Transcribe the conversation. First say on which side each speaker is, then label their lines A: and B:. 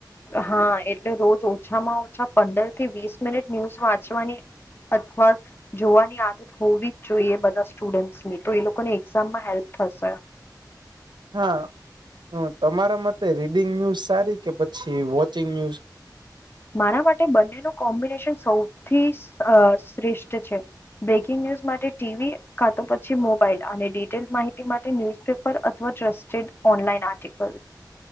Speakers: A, on the left; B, on the right.
A: હા, એટલે રોજ ઓછામાં ઓછા પંદર થી વીસ મિનિટ ન્યૂઝ વાંચવાની અથવા જોવાની આદત હોવી જ જોઈએ બધા સ્ટુડન્ટસની તો એ લોકોને એક્ઝામમાં હેલ્પ થશે.
B: હા, હ તમારા માટે રીડિંગ ન્યૂઝ સારી કે પછી વોચિંગ ન્યૂઝ
A: મારા માટે બંને કોમ્બિનેશન સૌથી શ્રેષ્ઠ છે. બ્રેકિંગ ન્યુઝ માટે ટીવી કા તો પછી મોબાઈલ અને ડિટેલ માહિતી માટે ન્યૂઝ પેપર અથવા ટ્રસ્ટેડ ઓનલાઈન આર્ટિકલ્